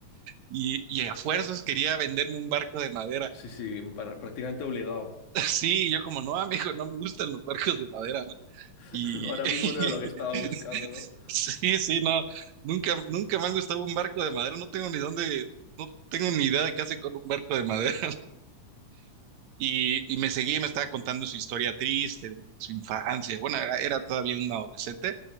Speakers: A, on the right; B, on the left.
A: y, y a fuerzas quería venderme un barco de madera.
B: sí, sí, pra- prácticamente obligado.
A: <laughs> Sí, yo como, no, amigo, no me gustan los barcos de madera, ¿no?
B: <laughs>
A: Y
B: no Ahora
A: <laughs>
B: mismo no era lo que estaba buscando, no
A: sí, sí, no, nunca, nunca me ha gustado un barco de madera, no tengo ni dónde, no tengo ni idea de qué hace con un barco de madera. Y, y me seguía y me estaba contando su historia triste, de su infancia. Bueno, era, era todavía un adolescente.